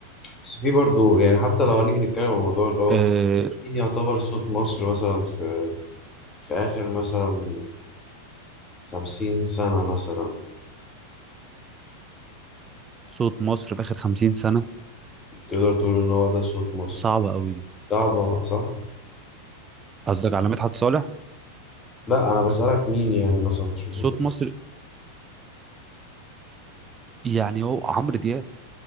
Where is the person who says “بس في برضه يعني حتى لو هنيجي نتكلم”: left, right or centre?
Left